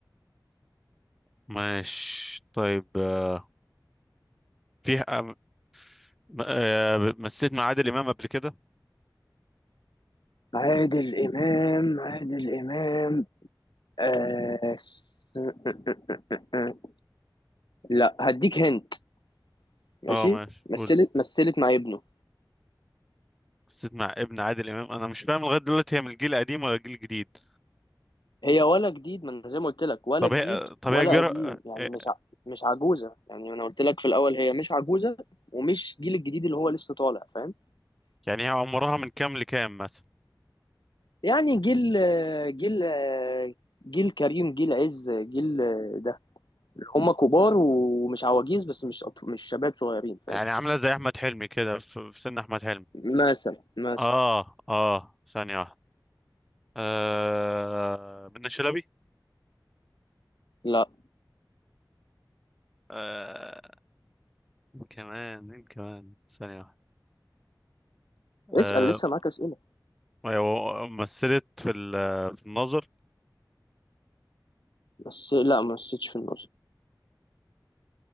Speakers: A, in the centre; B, on the left.
A: ماشي طيب آه، في آه، م- آه، مثلت مع عادل إمام قبل كده
B: عادل إمام عادل إمام آه س- <laughs> لا هديك هنت ماشي
A: اه ماشي
B: مثلت
A: قول
B: مثلت مع ابنه
A: مثلت مع ابن عادل إمام انا مش فاهم لغاية دلوقتي هي من الجيل القديم ولا الجيل الجديد
B: هي ولا جديد ما انا زي ما قلت لك ولا
A: طب
B: جديد
A: هي طب
B: ولا
A: هي كبيرة
B: قديم
A: آه،
B: يعني
A: آه،
B: مش ع... مش عجوزه يعني انا قلت لك في الاول هي مش عجوزه ومش جيل الجديد اللي هو لسه طالع فاهم
A: يعني هي عمرها من كام لكام مثلا
B: يعني جيل جيل جيل كريم جيل عز جيل ده هم كبار ومش عواجيز بس مش أطف... مش شباب صغيرين فاهم
A: يعني عاملة زي أحمد حلمي كده في في سن أحمد حلمي
B: مثلا مثلا
A: اه اه ثانية واحدة آه منة شلبي
B: لا
A: آه كمان مين كمان ثانية واحدة
B: اسال
A: آه
B: لسه معاك اسئله
A: أيوة مثلت في ال- آه، في الناظر
B: بس لا ما نسيتش في النص